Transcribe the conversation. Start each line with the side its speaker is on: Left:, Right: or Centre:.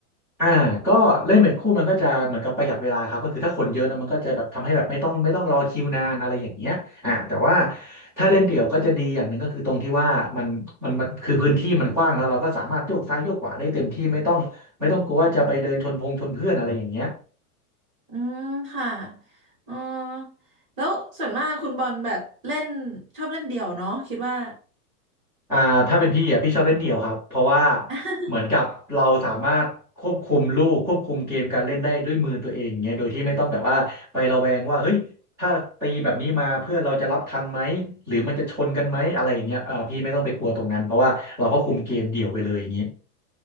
Centre: อ่าก็เล่นเป็นคู่มันก็จะเหมือนกับประหยัดเวลาครับก็คือถ้าคนเยอะนะมันก็จะแบบทำให้แบบไม่ต้องไม่ต้องรอคิวนานอะไรอย่างเงี้ยอ่าแต่ว่าถ้าเล่นเดี่ยวก็จะดีอย่างหนึ่งก็คือตรงที่ว่ามันมันมันคือพื้นที่มันกว้างแล้วเราก็สามารถโยกซ้ายโยกขวาได้เต็มที่ไม่ต้องไม่ต้องกลัวว่าจะไปเดินชนพงชนเพื่อนอะไรอย่างเงี้ย
Right: อืมค่ะเออแล้วส่วนมากคุณบอลแบบเล่นชอบเล่นเดี่ยวเนาะคิดว่า
Centre: อ่าถ้าเป็นพี่อ่ะพี่ชอบเล่นเดี่ยวครับเพราะว่า
Right: <laughs>
Centre: เหมือนกับเราสามารถควบคุมลูกควบคุมเกมการเล่นได้ด้วยมือตัวเองอย่างเงี้ยโดยที่ไม่ต้องแบบว่าไประแวงว่าเฮ้ยถ้าตีแบบนี้มาเพื่อนเราจะรับทันไหมหรือมันจะชนกันไหมอะไรอย่างเงี้ยอ่าพี่ไม่ต้องไปกลัวตรงนั้นเพราะว่าเราก็คุมเกมเดี่ยวไปเลยอย่างงี้